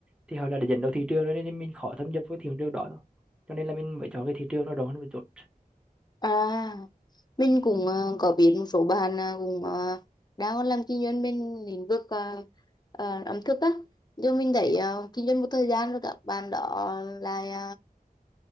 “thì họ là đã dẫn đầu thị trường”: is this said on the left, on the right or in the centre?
Centre